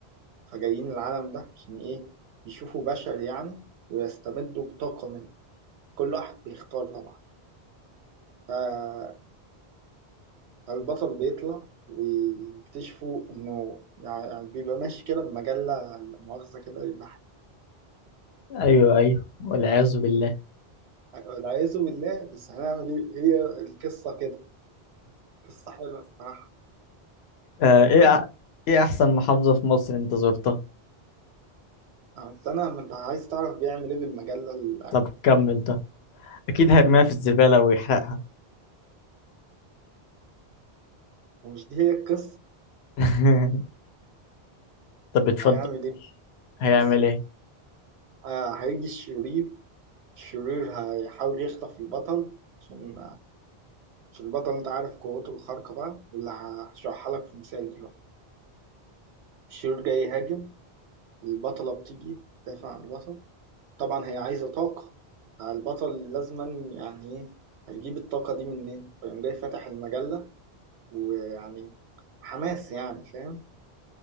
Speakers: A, on the right; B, on the left.
A: فجايين العالم ده عشان إيه يشوفوا بشر يعني ويستمدوا طاقة منه كل واحد بيختار طبعا ف- فالبطل بيطلع ويكتشفوا إنه يعني يعني بيبقى ماشي كده بمجلة لا مؤاخذة كده يبقى
B: ايوه ايوه والعياذ بالله
A: والعياذ بالله بس هنعمل إيه هي القصة كده قصة حلوة الصراحة
B: آه
A: المهم
B: ايه أح- ايه احسن محافظة في مصر انت زرتها
A: يعني بس أنا ما أنت عايز تعرف بيعمل إيه بالمجلة ال-
B: طب كمل ده اكيد هيرميها في الزبالة ويحرقها
A: ومش دي هي القصة
B: <laughs> طب اتفضل
A: هيعمل إيه؟
B: هيعمل
A: بس
B: ايه
A: آه هيجي الشرير الشرير هيحاول يخطف البطل عشان عشان البطل انت عارف قوته الخارقة بقى واللي هشرحها لك في مثال دلوقتي الشرير جاي يهاجم البطلة بتيجي تدافع عن البطل طبعا هي عايزة طاقة البطل لازما يعني ايه هيجيب الطاقة دي منين فيقوم جاي فاتح المجلة ويعني حماس يعني فاهم